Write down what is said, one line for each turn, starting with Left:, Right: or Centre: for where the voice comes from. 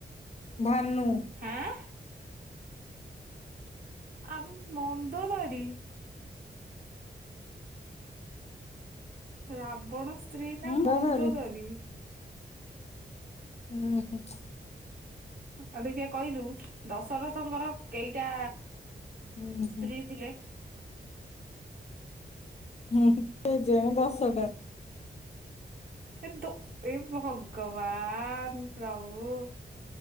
Left: ଭାନୁ।
Right: ହଁ। ଆ ମନ୍ଦଧରି। ରାବଣ ସ୍ତ୍ରୀ ନା
Left: ଉଁ
Right: ମନ୍ଦଦାରୀ।
Left: ଧରି ହୁଁ ହଁ।
Right: ଆଉ ଦେଖେ କହିଲୁ ଦଶରଥଙ୍କର କେଇଟା
Left: ହୁଁ
Right: ସ୍ତ୍ରୀ
Left: ହୁଁ
Right: ଥିଲେ?
Left: ହୁଁ କେଜାଣି ଦଶ ଟା।
Right: ଏ ତୋ ଏ ଭଗବାନ ପ୍ରଭୁ।